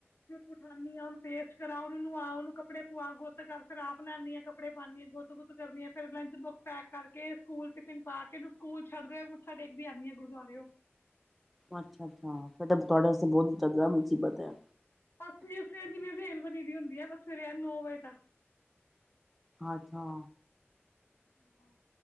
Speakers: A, on the left; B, in the centre.
A: ਉਠਾਨੀ ਆ, ਓਂਨੂੰ ਪੇਸਟ ਕਰਾਓ, ਓਨੂੰ ਨੂਆਓ, ਓਨੂੰ ਕੱਪੜੇ ਪਵਾਓ, ਗੋਤ ਕਰ, ਫੇਰ ਆਪ ਨ੍ਹਾਨੀ ਆ ਕ ਕੱਪੜੇ ਪਾਨਿ ਆਂ, ਗੋਤ- ਗੁੱਤ ਕਰਨੀ ਐ, ਫੇਰ ਲੰਚ ਬੋਕਸ ਪੈਕ ਕਰਕੇ ਸਕੂਲ ਟਿਫਿਨ ਪਾ ਕੇ ਏਨੂੰ ਸਕੂਲ ਛੱਡਦੇ ਹੋਏ ਮੱਥਾ ਟੇਕਦੀ ਆਨੀ ਆ ਗੁਰਦੁਆਰੇਓ
B: ਅੱਛਾ, ਅੱਛਾ ਸਾਡੇ ਤੁਆੜੇ ਵਾਸੇ ਬਹੋਤ ਜਾਦਾ ਮੁਸੀਬਤ ਐ।
A: ਬਸ ਸਵੇਰ ਸਵੇਰ <unintelligible> ਬਸ ਸਵੇਰੇ ਨੋ ਵਜੇ ਤੱਕ
B: ਅੱਛਾ।
A: ਹਾਂ।